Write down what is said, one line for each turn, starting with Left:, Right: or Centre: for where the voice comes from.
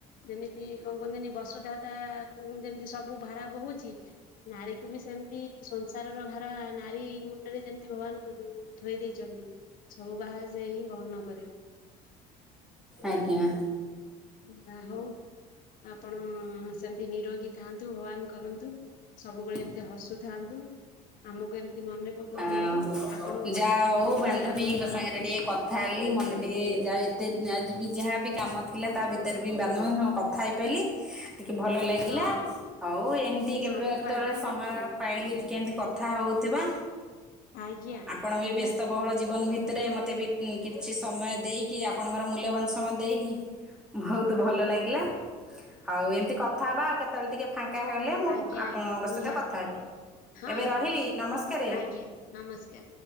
Left: ଯେମିତି କହନ୍ତିନି ବସୁଧା ତା କୁ ଯେମିତି ସବୁ ଭାରା ବହୁଛି ନାରୀକୁ ବି ସେମିତି ସଂସାରର ଭାରା ନାରୀ ମୁଣ୍ଡରେ ଯେମିତି ଭଗବାନ ଥୋଇ ଦେଇଛନ୍ତି ସବୁ ବାହାର ସେ ହିଁ ବହନ କରିବ।
Centre: ଆଜ୍ଞା।
Left: ଯା ହଉ ଆପଣ ସେମତି ନିରୋଗୀ ଥାଆନ୍ତୁ ହଗବାନ କରନ୍ତୁ ସବୁବେଳେ
Centre: <unintelligible>
Left: ହସୁଥାନ୍ତୁ ଆମକୁ ଏମିତି ମନେ ପକଉଥାନ୍ତୁ।
Centre: ଆଁ
Left: ଆପଣଙ୍କ ଭଳିଆ
Centre: ଯା
Left: ବାନ୍ଧବୀ
Centre: ଯୋଉ ବାନ୍ଧଵୀ
Left: ପାଇଁ ଆମେ ବି
Centre: ତମ
Left: ବହୁତ
Centre: ସାଙ୍ଗରେ
Left: ଖୁସି
Centre: ଟିକେ କଥା ହେଲି ମନେ ଟିକେ ଯାଉ ଏତେ ଯିବି ଯାହାବି କାମ ଥିଲା ତା ଭିତରେ ବି କାମ କଥା ହେଇପାରିଲି। ଟିକେ ଭଲ ଲାଗିଲା
Left: ହଁ
Centre: ଆଉ ଏମିତି କେବେ
Left: ସବୁ
Centre: କେତେବେଳେ
Left: କ୍ଳାନ୍ତି
Centre: ସମୟ
Left: ମେଣ୍ଟିଲା
Centre: <unintelligible> କେମିତି କଥା ହଉଥିବା
Left: ଆଜ୍ଞା
Centre: ଆପଣ ବି
Left: ନିହାତି।
Centre: ବ୍ୟସ୍ତବହୁଳ ଜୀବନ ଭିତ ରେ ମୋତେ ବି କିଛି ସମୟ ଦେଇକି ଆପଣଙ୍କର ମୂଲ୍ୟବାନ ସମୟ ଦେଇକି ବହୁତ ଭଲ
Left: ଆଜ୍ଞା
Centre: ଲାଗିଲା ଆଉ
Left: ଆଜ୍ଞା
Centre: ଏମିତି କଥା ହବା ଆଉ କେତେବେଳେ ଟିକେ ଫାଙ୍କ ଫାଙ୍କା ହେଲେ ମୁଁ
Left: ଆଜ୍ଞା
Centre: ଆପଣଙ୍କ
Left: ଆଜ୍ଞା ନିହାତି
Centre: ସହିତ କଥା ହେବି।
Left: ହଁ
Centre: ଏବେ ରହିଲି
Left: ହଁ
Centre: ନମସ୍କାରେ <inaudible>
Left: ଆଜ୍ଞା ନମସ୍କାର।